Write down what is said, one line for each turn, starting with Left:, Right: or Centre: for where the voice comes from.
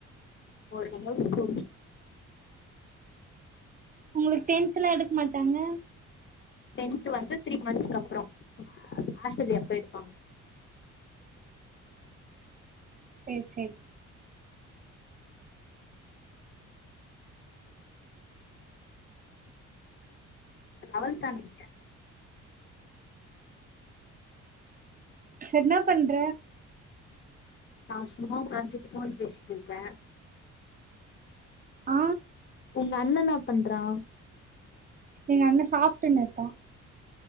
Left: <unintelligible>
Right: உங்ளுக்கு டென்த்லா எடுக்க மாட்டாங்க
Left: டென்த்து வந்து த்ரீ மந்த்ஸுக்கு அப்றோ ஹாஃப்டயெலில அப்ப எடுப்பாங்க
Right: சேரி சேரி
Left: லவெல்த்தா நீங்க
Right: சேர் என்ன பண்ற
Left: நா சும்மா ஒக்காஞ்சிட்டு ஃபோன் பேசிட்ருக்கே
Right: ஆ
Left: உங்கண்ண என்னா பண்றா
Right: எங்க அண்ண சாப்ட்டுன்னு இருக்கா